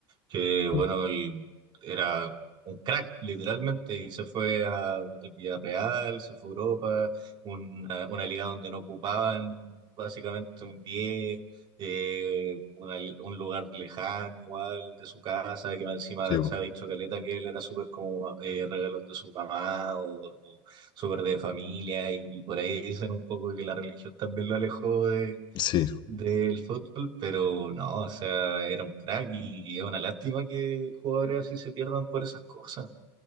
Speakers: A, on the right; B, on the left.
A: que bueno,
B: claro,
A: él era un crack, literalmente, y se fue a- al Villarreal, se fue a Europa, una, una liga donde no ocupaban básicamente un 10, eh, una- un lugar lejano igual de su casa, que más encima
B: sí, pu,
A: se ha dicho caleta que él era súper como eh, regalón de su mamá o, o súper de familia, y por ahí dicen un poco que la religión también lo alejó
B: sí,
A: del fútbol, pero no, o sea, era un crack y es una lástima que jugadores así se pierdan por esas cosas,